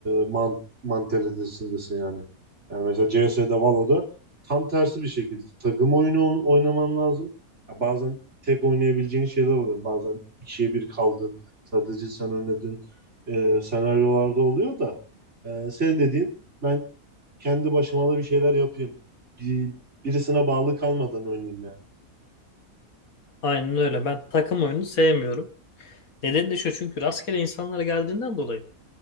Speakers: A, on the right; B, on the left.
A: man mantalitesindesin yani. Yani mesela C CS'de Valo'da tam tersi bir şekilde takım oyunu ol- oynaman lazım. Ya bazen tek oynayabileceğin şeyler oluyor. Bazen ikiye bir kaldın. Sadece sen oynadın. E, senaryolarda oluyor da e, senin dediğin ben kendi başıma da bir şeyler yapayım. Bir, birisine bağlı kalmadan oynayayım yani.
B: Aynen öyle. Ben takım oyunu sevmiyorum. Nedeni de şu çünkü rastgele insanlara geldiğinden dolayı